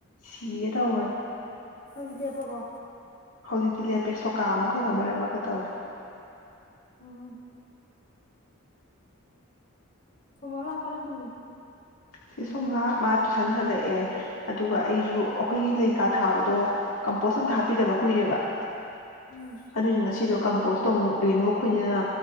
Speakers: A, on the left (about 85°); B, on the left (about 40°).
A: ꯁꯤꯒꯦ ꯇꯧꯕꯅꯦ
B: ꯍꯧꯖꯤꯛ ꯂꯦꯞꯄꯕꯣ
A: ꯍꯧꯖꯤꯛꯇꯤ ꯂꯦꯞ ꯄꯦ ꯁꯣꯀꯥ ꯑꯃꯨꯛ ꯈꯒ ꯃꯔꯛ ꯃꯔꯛꯇ ꯇꯧꯋꯦ
B: ꯎꯝ ꯁꯨꯃꯣꯂꯥ ꯀꯔꯝ ꯍꯤꯡꯉꯤ
A: ꯆꯦ ꯁꯣꯝꯂꯥ ꯃꯥ ꯇꯨꯏꯁꯟ ꯍꯜꯂꯛꯑꯦ ꯑꯗꯨꯒ ꯑꯩꯁꯨ ꯑꯩꯈꯣꯏꯒꯤ ꯂꯩꯀꯥ ꯊꯥꯕꯗꯣ ꯀꯝꯄꯣꯁ ꯑꯝꯇ ꯍꯥꯞꯄꯤꯗꯕ ꯀꯨꯏꯔꯦꯕ
B: ꯎꯝ
A: ꯑꯗꯨꯏ ꯉꯁꯤꯗꯣ ꯀꯝꯄꯣꯁꯇꯣ ꯑꯃꯨꯛ ꯔꯦꯅꯨ ꯑꯩꯈꯣꯏꯅꯤꯅ